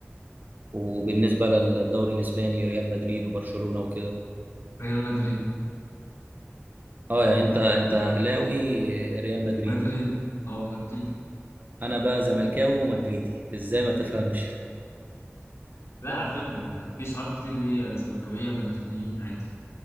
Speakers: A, on the right; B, on the left.
A: وبالنسبه للدوري الاسباني ريال مدريد وبرشلونه وكده
B: ريال مدريد
A: اه يعني انت انت اهلاوي آه، ريال مدريدي
B: مدريد أه مدريد
A: انا بقى زملكاوي ومدريدي ازاي ما تفهمش
B: لا على فكرة أنا في صحاب كتير ليا زملكاوية مدريديين عادي